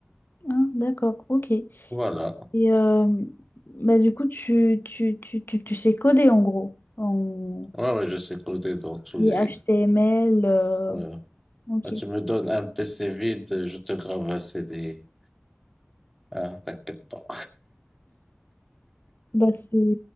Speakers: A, on the left (about 55°); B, in the centre.
A: ah, d'accord, ok.
B: Voilà.
A: Et euh, bah, du coup, tu, tu, tu, tu, tu sais coder en gros. En
B: Ouais, ouais, je sais coder dans tous
A: les
B: les.
A: HTML. euh,
B: Ouais.
A: ok.
B: Ah, tu me donnes un PC vide, je te grave un CD. Ah, t'inquiète pas.
A: Bah, c'est